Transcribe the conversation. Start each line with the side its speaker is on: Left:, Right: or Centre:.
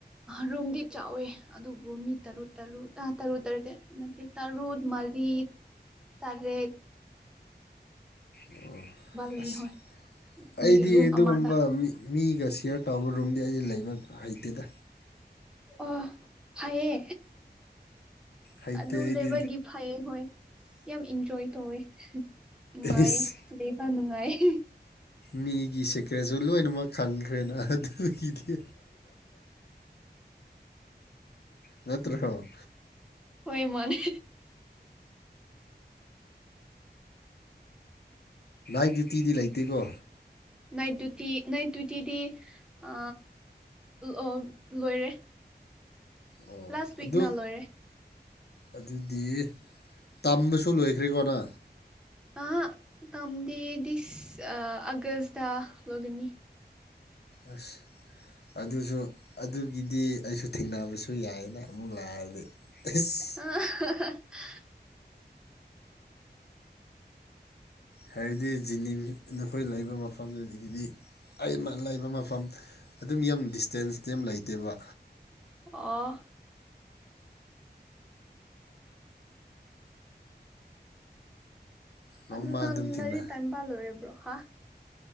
Centre: ꯔꯨꯝꯗꯤ ꯆꯥꯎꯋꯦ ꯑꯗꯨꯕꯨ ꯃꯤ ꯇꯔꯨꯛ ꯇꯔꯨ ꯇꯔꯨ ꯇꯔꯨ ꯅ ꯇꯔꯨꯠ ꯃꯔꯤ ꯇꯔꯦ
Left: ꯑꯣ
Centre: ꯂꯩ
Left: ꯑꯁ
Centre: ꯍꯣꯏ
Left: ꯑꯩꯗꯤ
Centre: ꯃꯤ ꯔꯨꯝ
Left: ꯑꯗꯨꯒꯨꯝꯕ
Centre: ꯑꯃꯗ
Left: ꯃꯤ ꯃꯤꯒ ꯁꯤꯌꯔ ꯇꯧꯕ ꯔꯨꯝꯗꯤ ꯑꯩꯗꯤ ꯂꯩꯕ ꯍꯩꯇꯦꯗ
Centre: ꯑ ꯐꯌꯦꯌꯦ
Left: ꯍꯩꯇꯦ
Centre: ꯑꯗꯨꯝ
Left: ꯑꯩꯗꯤ
Centre: ꯂꯩꯕꯒꯤ ꯐꯩꯌꯦ ꯍꯣꯏ ꯌꯥꯝ ꯏꯟꯖꯣꯏ ꯇꯧꯋꯦ ꯅꯨꯡꯉꯥꯏꯦ
Left: ꯏꯁ
Centre: ꯂꯩꯕ ꯅꯨꯡꯉꯥꯏꯌꯦ
Left: ꯃꯤꯒꯤ ꯁꯦꯀ꯭ꯔꯦꯠꯁꯨ ꯂꯣꯏꯅꯃꯛ ꯈꯪꯈ꯭ꯔꯦꯅ ꯑꯗꯨꯒꯤꯗꯤ ꯅꯠꯇ꯭ꯔꯣ
Centre: ꯑꯣꯏ ꯃꯅꯤ
Left: ꯏꯛꯗꯤꯇꯤꯗꯤ ꯂꯩꯇꯦꯀꯣ
Centre: ꯅꯥꯏꯠ ꯗꯌꯨꯇꯤ ꯅꯥꯏꯠ ꯗꯌꯨꯇꯤꯗꯤ ꯑ ꯑꯣ ꯂꯣꯏꯔꯦ
Left: ꯑꯣ
Centre: ꯂꯥꯁ ꯎꯤꯛ
Left: ꯑꯗꯨ
Centre: ꯅ ꯂꯣꯏꯔꯦ
Left: ꯑꯗꯨꯗꯤ ꯇꯝꯕꯁꯨ ꯂꯣꯏꯈ꯭ꯔꯦꯀꯣꯅ
Centre: ꯑ ꯇꯝꯗꯤꯗꯤꯁ ꯑꯒꯁꯗꯥ ꯂꯒꯅꯤ
Left: ꯑꯁ ꯑꯗꯨꯁꯨ ꯑꯗꯨꯒꯤꯗꯤ ꯑꯩꯁꯨ ꯊꯦꯡꯅꯕꯁꯨ ꯌꯥꯏꯅ ꯑꯃꯨꯛ ꯂꯥꯛꯑꯗꯤ ꯏꯁ
Centre: ꯑ
Left: ꯍꯥꯏꯕꯗꯤ ꯖꯤꯅꯤꯝꯁ ꯅꯈꯣꯏ ꯂꯩꯕ ꯃꯐꯝꯗꯨꯗꯒꯤꯗꯤ ꯑꯩꯩꯅ ꯂꯩꯕ ꯃꯐꯝ ꯑꯗꯨꯝ ꯌꯥꯝ ꯗꯤꯁꯇꯦꯟꯁꯇ ꯌꯥꯝ ꯂꯩꯇꯦꯕ
Centre: ꯑ
Left: ꯅꯣꯡꯃ
Centre: ꯑꯗꯨ ꯅꯥꯟ
Left: ꯑꯗꯨꯝ
Centre: ꯂꯥꯏꯔꯤꯛ
Left: ꯊꯤꯟꯅ
Centre: ꯇꯥꯏꯝꯕꯥ ꯂꯣꯏꯔꯕ꯭ꯔꯣ ꯍꯥ